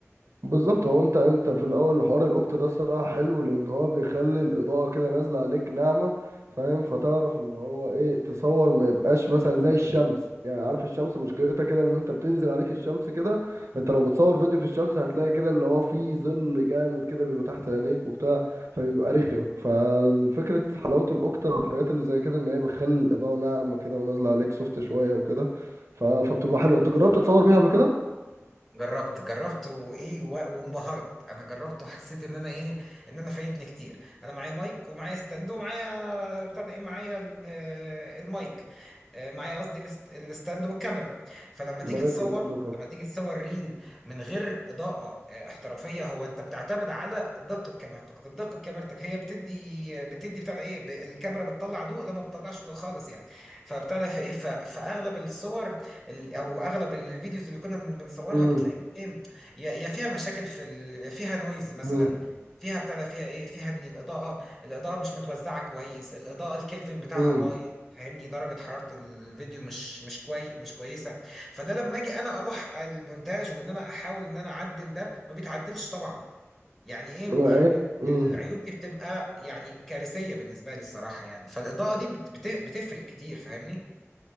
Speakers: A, on the right; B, in the centre.
A: بالظبط هو انت انت في الاول حوار الاوكتا ده الصراحه حلو لان هو بيخلي الاضاءه كده نازله عليك ناعمه فاهم فتعرف اللي هو ايه تصور ما يبقاش مثلا زي الشمس يعني عارف الشمس مشكلتها كده ان انت بتنزل عليك الشمس كده فانت لو بتصور فيديو في الشمس هتلاقي كده اللي هو فيه ظل جامد كده بيبقى تحت عينيك وبتاع فبيبقى رخم ففكره حلاوه الاوكتا والحاجات اللي زي كده ان هي بتخلي الاضاءه ناعمه كده ونازله عليك سوفت شويه وكده ف- فبتبقى حلوه انت جربت تصور بيها قبل كده
B: جربت جربت وايه و- وانبهرت انا جربت وحسيت ان انا ايه ان انا فايتني كتير انا معايا مايك ومعايا ستاند ومعايا بتاع ده ايه معايا ال- المايك آه، معايا قصدي الست- الستاند والكاميرا فلما
A: مايك
B: تيجي تصور
A: وستاند
B: لما تيجي تصور ريل من غير اضاءة آه، احترافية هو انت بتعتمد على دقة كاميرتك طب دقة كاميرتك هي بتدي بتدي بتاع ده ايه ب- الكاميرا بتطلع ضوء لما بتطلعش ضوء خالص يعني فبتاع ده فايه ف- فاغلب الصور ال- او اغلب الفيديوز اللي كنا بن- بنصورها
A: كمان
B: ايه يا يا فيها مشاكل في ال... فيها نويز مثلا
A: مم.
B: فيها بتاع ده فيها ايه فيها ان الاضاءه الاضاءه مش متوزعه كويس الاضاءه الكلفن بتاعها
A: مم.
B: بايظ فاهمني درجه حراره الفيديو مش مش كوي مش كويسه فده لما اجي انا اروح المونتاج وان انا احاول ان انا اعدل ده ما بيتعدلش طبعا يعني ايه
A: ما هي مم.
B: العيوب دي بتبقى يعني كارثيه بالنسبه لي الصراحه يعني فالاضاءه دي بت... بت- بتفرق كتير فاهمني